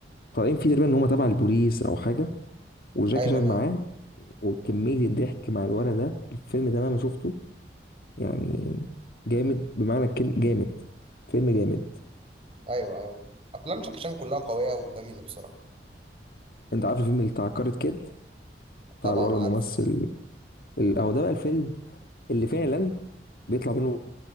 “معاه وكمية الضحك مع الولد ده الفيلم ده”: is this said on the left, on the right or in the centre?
Left